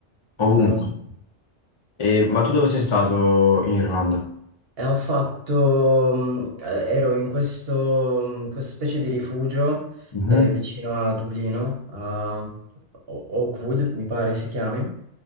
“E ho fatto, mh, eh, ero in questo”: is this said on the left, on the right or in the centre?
Right